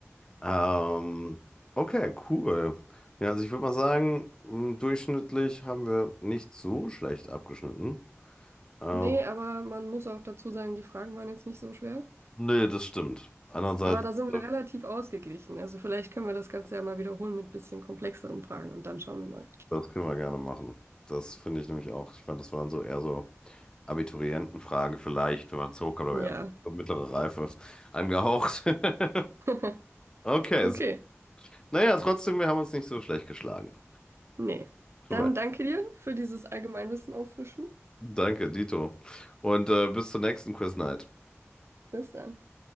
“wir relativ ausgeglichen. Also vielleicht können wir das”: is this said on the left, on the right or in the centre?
Right